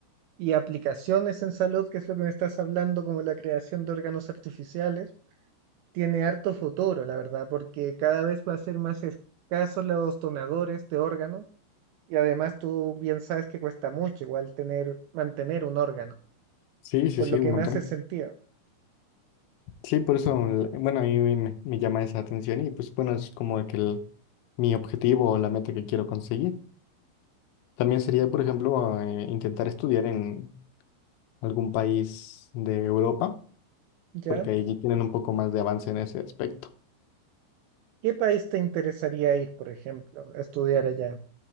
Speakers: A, on the right; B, on the left.
A: y aplicaciones en salud, que es lo que me estás hablando, como la creación de órganos artificiales, tiene harto futuro, la verdad, porque cada vez va a ser más escasos los donadores de órganos y además tú bien sabes que cuesta mucho igual tener, mantener un órgano,
B: Sí, sí,
A: por
B: sí,
A: lo que
B: un montón.
A: me hace sentido,
B: Sí, por eso, la- bueno, a mí me, me llama esa atención y pues bueno, es como que el- mi objetivo o la meta que quiero conseguir. También sería, por ejemplo, eh, intentar estudiar en algún país de Europa,
A: ¿ya?
B: porque ahí tienen un poco más de avance en ese aspecto.
A: ¿Qué país te interesaría ir, por ejemplo, a estudiar allá?